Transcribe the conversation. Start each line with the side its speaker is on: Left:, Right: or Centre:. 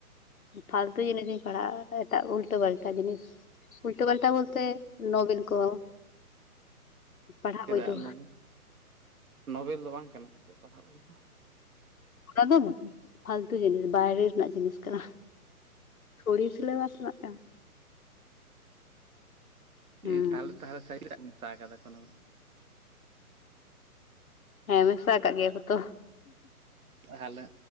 Left: ᱯᱷᱟᱞᱛᱩ ᱡᱤᱱᱤᱥᱤᱧ ᱯᱟᱲᱦᱟᱜᱼᱟ ᱮᱴᱟᱜ ᱩᱞᱴᱟᱹ ᱯᱟᱞᱴᱟ ᱡᱤᱱᱤᱥ ᱩᱞᱴᱟᱹ ᱯᱟᱞᱴᱟ ᱵᱚᱞᱛᱮ ᱱᱚᱵᱮᱱ ᱠᱚ ᱯᱟᱲᱦᱟᱣ
Right: ᱪᱮᱫᱟᱜ
Left: ᱵᱳᱭ ᱫᱚ
Right: ᱱᱚᱵᱮᱞ ᱱᱚᱳᱵᱮᱞ ᱫᱚ ᱵᱟᱝ ᱠᱟᱱᱟ ᱥᱮ ᱪᱮᱫ ᱯᱟᱲᱦᱟᱜ ᱵᱚᱭ ᱫᱚ
Left: ᱚᱱᱟ ᱫᱚ ᱯᱷᱟᱞᱛᱩ ᱡᱤᱱᱤᱥ ᱵᱟᱭᱨᱮ ᱨᱮᱱᱟᱜ ᱡᱤᱱᱤᱥ ᱠᱟᱱᱟ᱾ ᱛᱷᱚᱲᱤ ᱥᱤᱞᱮᱵᱟᱥ ᱨᱮᱱᱟᱜ ᱠᱟᱱᱟ᱾ ᱦᱩᱸ
Right: ᱤ ᱛᱟᱦᱚᱞᱮ ᱛᱟᱦᱚᱞᱮ ᱥᱟᱦᱤᱞᱟᱜ ᱢᱮᱥ ᱟᱠᱟᱫᱟ ᱠᱳᱱᱳ
Left: ᱦᱮᱸ ᱢᱮᱥᱟ ᱠᱟᱜ ᱜᱮᱭᱟ ᱠᱚ ᱛᱚ
Right: ᱛᱟᱦᱚᱞᱮ